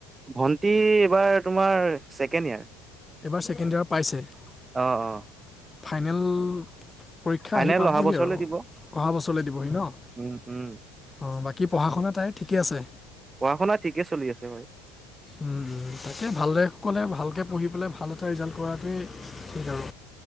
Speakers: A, on the right (about 20°); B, on the left (about 15°).
A: ভণ্টি এইবাৰ তোমাৰ ছেকেণ্ড ইয়াৰ
B: এইবাৰ ছেকেণ্ড ইয়াৰ পাইছে
A: অ', অ',
B: ফাইনেল। পৰীক্ষা
A: ফাইনেল
B: আহি পাবহি
A: অহা বছৰলে
B: আৰু
A: দিব
B: অহা বছৰলে দিবহি ন।
A: উম উম।
B: অ বাকী পঢ়া শুনা তাই ঠিকে আছে।
A: পঢ়া শুনা ঠিকে চলি আছে হয়।
B: উম উম তাকে ভালদৰে সকলে ভালকৈ পঢ়ি পেলাই ভাল এটা ৰিজাল্ট কৰাটোৱেই ঠিক আৰু।